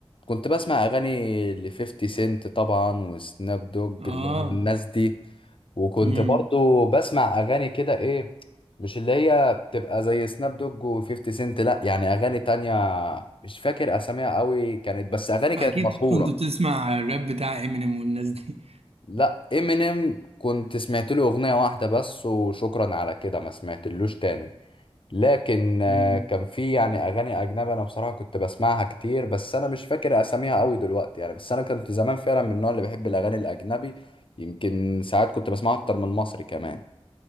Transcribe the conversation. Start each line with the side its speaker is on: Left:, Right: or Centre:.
Left: كنت بسمع اغاني ل 50 سنت طبعا وسناب دوج
Right: اه
Left: اللي هم الناس دي وكنت
Right: امم
Left: برضو بسمع اغاني كده ايه مش اللي هي بتبقى زي سناب دوج و50 سنت لا يعني اغاني تانية مش فاكر اساميها قوي كانت بس اغاني كانت
Right: اكيد
Left: مشهورة
Right: كنت بتسمع الراب بتاع امينيم والناس دي
Left: لا امينيم كنت سمعت له اغنيه واحده بس وشكرا على كده ما سمعتلوش تاني لكن آه،
Right: مم.
Left: كان في يعني اغاني اجنبي انا بصراحه كنت بسمعها كتير بس انا مش فاكر اساميها قوي دلوقتي يعني بس انا كنت زمان فعلا من النوع اللي بيحب الاغاني الاجنبي يمكن ساعات كنت بسمعها اكتر من المصري كمان